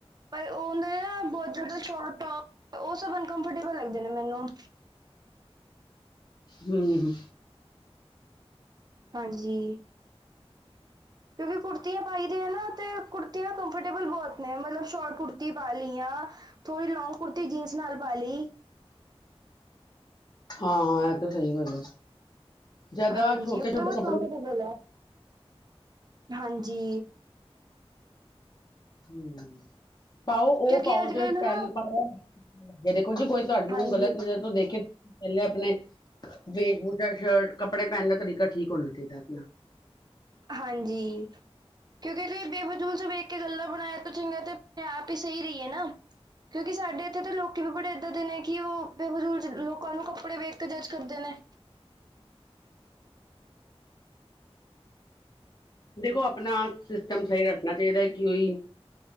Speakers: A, on the right; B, on the left.
A: ਪਰ ਉਹ ਜਦੋਂ ਸ਼ੋਟ ਟੋਪ ਉਹ ਸਭ ਅਨਕੰਫਰਟੇਬਲ ਲੱਗਦੇ ਨੇ ਮੈਨੂੰ
B: ਹੂ,,,
A: ਹਾਂਜੀ ਕਿਉਂਕਿ ਕੁੜਤੀਆਂ ਪਾਈ ਦੀਆਂ ਨਾ ਤੇ ਕੁੜਤੀਆਂ ਕੰਫਰਟੇਬਲ ਬਹੁਤ ਨੇ ਮਤਲਬ ਸ਼ੋਰਟ ਕੁੜਤੀ ਪਾ ਲਈਆਂ ਥੋੜੀ ਲੋਂਗ ਕੁੜਤੀ ਜੀਨਸ ਨਾਲ ਪਾ ਲਈ
B: ਹਾਂ ਹਾਂ ਇਹ ਤਾਂ ਸਹੀ ਗੱਲ ਹੈ ਜਿਆਦਾ
A: ਹਾਂਜੀ
B: ਛੋਟੇ
A: ਉਹ
B: ਛੋਟੇ
A: ਤਾਂ ਬਹੁਤ
B: ਕੱਪੜੇ
A: ਕੰਫਰਟੇਬਲ ਹੈ ਹਾਂਜੀ
B: ਹੂ ਪਾਓ ਉਹ
A: ਕਿਉਂਕਿ
B: ਪਾਓ
A: ਅੱਜ
B: ਜ
A: ਕੱਲ੍ਹ
B: ਪੈਨ
A: ਨਾ
B: ਲ ਦੇਖੋ ਜੀ ਕੋਈ ਤੁਹਾਨੂੰ
A: ਹਾਂਜੀ
B: ਗ਼ਲਤ ਨਜ਼ਰ ਤੋਂ ਦੇਖ ਪਹਿਲੇ ਆਪਣੇ ਵੇਟ ਵਾਟੂ ਸ਼ਲਟ ਕੱਪੜੇ ਪਹਿਨਣੇ ਦਾ ਤਰੀਕਾ ਠੀਕ ਹੋਣਾ ਚਾਹੀਦਾ ਹੈ ਆਪਣਾ
A: ਹਾਂਜੀ ਕੋਈ ਬੇਫਿਜੂਰ ਇੱਕ ਗੱਲ ਬਣਾਇਆ ਇਸ ਤੋਂ ਚੰਗਾ ਆਪ ਹੀ ਸਹੀ ਰਹੀ ਨਾ ਕਿਉਂਕਿ ਸਾਡੇ ਇੱਥੇ ਲੋਕੀ ਵੀ ਇਦਾਂ ਦੇ ਬੇਫਿਜ਼ੂਲ ਲੋਕਾਂ ਨੂੰ ਕੱਪੜੇ ਕਲੇਸ਼ ਕਰ ਦੇ ਨੇ।
B: ਦੇਖੋ ਆਪਣਾ ਸਿਸਟਮ ਸਹੀ ਰੱਖਣਾ ਚਾਹੀਦਾ ਕੀ